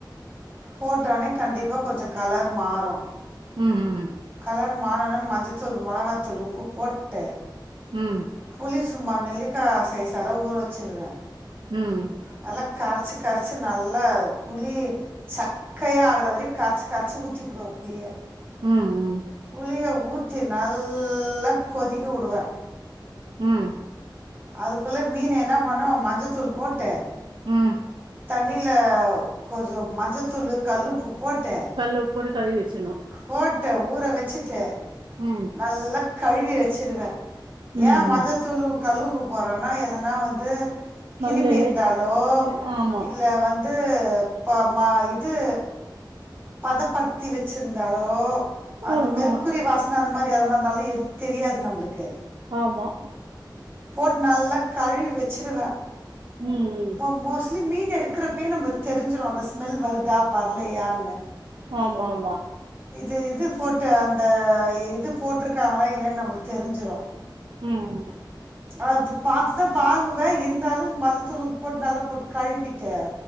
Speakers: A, on the right; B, on the right.
A: போட் போட்டோனே கண்டிப்பா கொஞ்ச கலர் மாறு
B: ம் ம்
A: கலர் மாற்னோன மஞ்ச தூள் மொளகாத்தூள் உப்பு போட்டு
B: ம்
A: புளி சும்மா நெல்லிக்கா சைஸ் அலவு ஊற வச்சிருவே
B: ம்
A: நல்லா கரச்சி கரச்சி நல்லா புளி சக்கையா ஆகுற வரி கரச்சு கரச்சு ஊத்தி புடுவ புளிய
B: ம் ம்
A: புளிய ஊத்தி நல்லாக் கொதிக்க உடுவே
B: ம்
A: அதுக்குள்ள மீன் என்ன பண்ணுவ மஞ்சத்தூள் போட்டு
B: ம்
A: தண்ணியில கொஞ்ச மஞ்சத்தூளு கல்லுப்பு போட்டு
B: கல் உப்போட்டு கழுவி வச்சிர்ணு
A: போட்டு ஊற வச்சுட்டு
B: ம்
A: நல்ல கழுவி வச்சிருவே
B: ம்
A: ஏ
B: ம்
A: மஞ்சத்தூளு உப் கல்லுப்பு போறன்னா எதனா வந்து கிருமி
B: மல்லு
A: இருந்தாலோ
B: இது ஆமா
A: இல்ல வந் இது ப மா இது பதப்படுத்தி வச்சிருந்தாலோ
B: ம்
A: அந்த
B: ம்
A: மெற்குறி வாசன அந்த மாரி எதனா இந்தாலு எ தெரியாது நம்ளுக்கு
B: ஆமா
A: போட்டு நல்லா கழுவி வச்சிருவே
B: ம் ம்
A: ம மோஸ்ட்லி மீன் எடுக்குறப்பயே நம்மளுக் தெரிஞ்சிடு அந்த ஸ்மெல் வருதா வர்லையான்னு
B: ஆமாமா
A: இது இது போட்டு அந்த இது போட்டுருக்காங்களா இல்லையான் நம்மளுக்கு தெரிஞ்சுரு
B: ம்
A: அது பாத்துதா வாங்குவே இருந்தாலு மஞ்சத்தூள் உப்பு போட் நல்லா போட் கழுவிட்டு